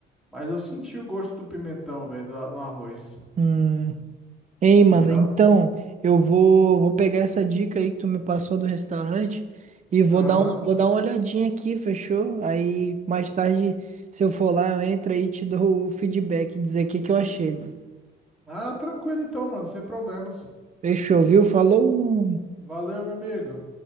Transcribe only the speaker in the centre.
Mas eu senti o gosto do pimentão, velho, do no arroz.
E ela.
Aham.
Ah, tranquilo então, mano, sem problemas.
Valeu, meu amigo.